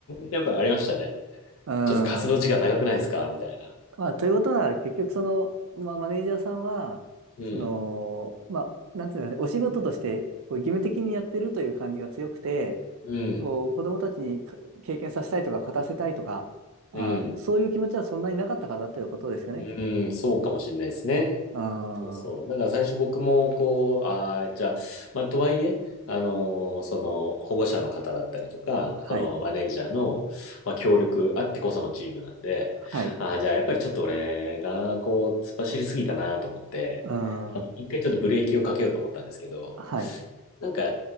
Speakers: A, on the left; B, on the right.
A: やっぱありましたね。
B: うん。
A: ちょっと活動時間長くないですかみたいな。
B: まあ、ということは、結局、その、まあ、マネージャーさんは、
A: うん、
B: その、まあ、なんていうのかね、お仕事として、こう義務的にやってるという感じが強くて、
A: うん、
B: こう、子供たちにか経験させたいとか、勝たせたいとか、あー、
A: うん、
B: そういう気持ちはそんなになかったからということですよね、
A: うん、
B: きっと。
A: そうかもしれないですね。
B: うー
A: そうそう。
B: ん。
A: だから最初僕も、こう、ああ、じゃあ、まあ、とはいえ、あのーその、保護者の方だったりとか、
B: はい。
A: その、マネージャーの、まあ、協力あってこそのチームなんで、
B: はい。
A: ああ、じゃあ、やっぱりちょっと俺が、こう、突っ走りすぎたなと思って、
B: うー
A: あの一回ちょっとブレーキをかけようと思ったんですけど、
B: ん。はい。
A: なんか、